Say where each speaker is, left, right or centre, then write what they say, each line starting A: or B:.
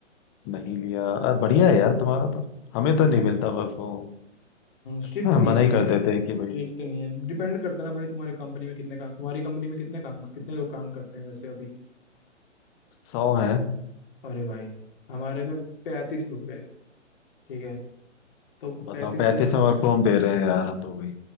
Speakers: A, on the left; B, on the left.
A: नहीं लिया अरे बढ़िया है यार तुम्हारा तो हमें
B: हम्म
A: तो नहीं मिलता वर्क फ्रॉम होम।
B: स्ट्रिक्ट
A: हाँ,
B: नहीं
A: मना
B: है
A: ही
B: ना
A: कर
B: भाई
A: देते
B: स्ट्रिक्ट
A: हैं कि भाई
B: नहीं है डिपेंड करता है ना भाई तुम्हारी कंपनी में कितने काम तुम्हारी कंपनी में कितने काम कितने लोग काम करते हैं वैसे अभी
A: सौ है
B: अरे भाई हमारे में पैंतीस लोग हैं ठीक है तो
A: बताओ
B: पैंतीस
A: पैंतीस
B: लोग
A: में वर्क फ्रॉम दे रहे हैं यार तो भाई